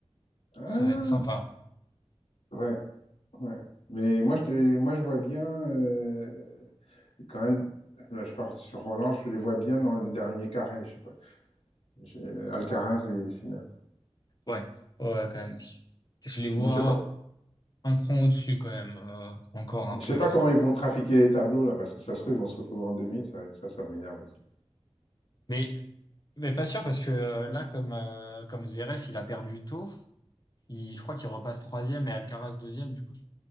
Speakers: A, on the left; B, on the left.
A: Ah,
B: ça va être sympa.
A: ouais, ouais. Mais moi, je, te moi, je vois bien, euh, quand même, là, je parle sur Roland, je les vois bien dans le dernier carré, je sais pas. J'ai- Alcaraz et Sinner.
B: Ouais. Ouais, quand même. Je les vois
A: Mais je sais pas,
B: un cran au-dessus quand même, euh, encore
A: mais
B: un peu
A: je sais pas
B: là.
A: comment ils vont trafiquer les tableaux, là, parce que ça se trouve, ils vont se retrouver en demi, ça va être, ça, ça va m'énerver, ça.
B: Mais mais pas sûr parce que euh, là comme euh, comme Zverev, il a perdu tôt. Il- je crois qu'il repasse troisième et Alcaraz deuxième. Du coup, je-